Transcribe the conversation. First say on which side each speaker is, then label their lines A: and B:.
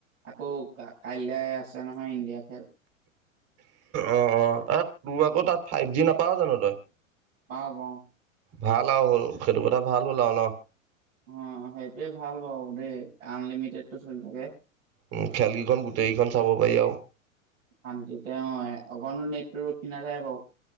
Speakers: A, on the right; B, on the right.
A: আকৌ কাইলে আছে নহয় ইণ্ডিয়া খেল।
B: অ -অ, তোৰ আকৌ তাত ফাইভ জি নাপাৱ জানো তই?
A: পাও পাও।
B: ভাল আৰু হ'ল সেইটো কথা ভাল হ'ল আৰু ন?
A: অ সেইটোৱে ভাল বাৰু দেই আনলিমিটেডটো চলি থাকে।
B: উ খেল কেইখন গোটেই কেইখন চাব পাৰি আৰু।
A: শান্তি তেওঁ অকণো নেটটো ৰখি নাযায় বাৰু।